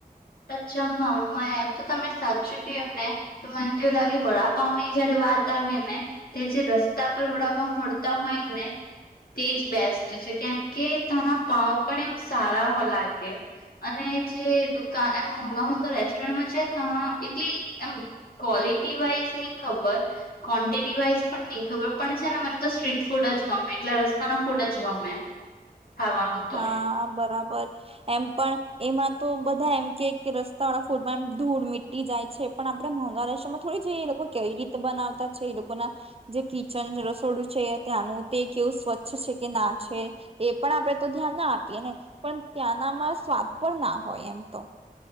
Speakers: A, on the left; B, on the right.
A: અચ્છા હા મેં તો તને સાચ્યું કે એમને તો મને તો એવું લાગે વડાપાવ ની જયારે વાત આવે ને તે જે રસ્તા પર વડાપાવ મળતા હોય ને તે જ બેસ્ટ છે. કેમ કે તના પાવ પણ એમ સારા લાગે અને જે દુ કા એમ મોઘા મોંઘા રેસ્ટોરન્ટમાં જાય તો એટલી એમ ક્વોલિટી વાઈઝ નહી ખબર ક્વોન્ટિટી વાઈઝ પણ નહી ખબર પણ છે ને મને તો સ્ટ્રીટ ફૂડ જ ગમે, એટલે રસ્તાના ફૂડ જ ગમે ખાવાનું
B: હા,
A: તો
B: બરાબર. એમ પણ એમાં તો બધા એમ કે કે રસ્તા વાળા ફૂટમાં એમ ધૂળ મીટી જાય છે પણ આપડે મોંઘા રેસ્ટોરન્ટમાં થોડી જોઈએ એ લોકો કેવી રીતે બનાવતા છે એ લોકો ના જે કિચન રસોડું છે ત્યાંનું તે કેવું સ્વચ્છ છે કે ના છે એ પણ આપણે તો ધ્યાન ના આપીએ ને પણ ત્યાંનામાં સ્વાદ પણ ના હોય એમ તો.